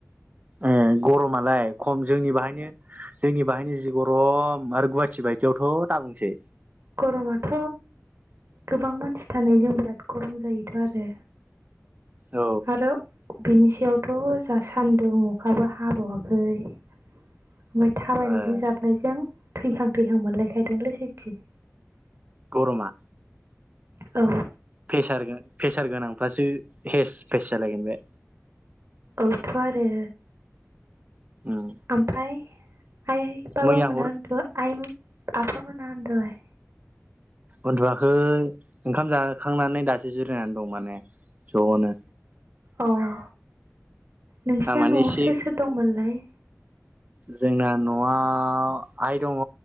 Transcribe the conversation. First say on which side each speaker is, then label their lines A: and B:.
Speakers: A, on the right; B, on the right.
A: ए गरमालाय खम जोंनि बाहाय। नो जोंनि बाहायनि जि गरम आरो गुवाहाटि बायदियावथ दाबुंसै।
B: गरमाथ गोबां मानसि थानाय जों बिराद गरम जायोथ आरो।
A: औ।
B: आरो बिनि सायावथ जा सान्दुं अखाबो हाबावाखै। ओमफ्राय थाबायनायजों
A: ओ
B: जाबनायजों। थैहां। थैहां थैहां मोनलायखादोंलै सयथि।
A: गरमा।
B: औ।
A: फेसार फेसार गोनां। फ्रेसार गोनांफ्रासो फेस फेस जालायगोन बे।
B: औथ आरो।
A: उम
B: ओमफ्राय। आइ बाबा
A: मैया
B: मोनहा
A: हर
B: आइ आफा मोनहा उनदुबाय।
A: उनदुआखै ओंखाम जाखांनानै दासो जिरायनानै दं माने। जनो।
B: औ। नोंसिना
A: आं माने
B: नआव
A: एसे
B: सोर सोर दंमोनलाय।
A: जोंना नआव आइ दङ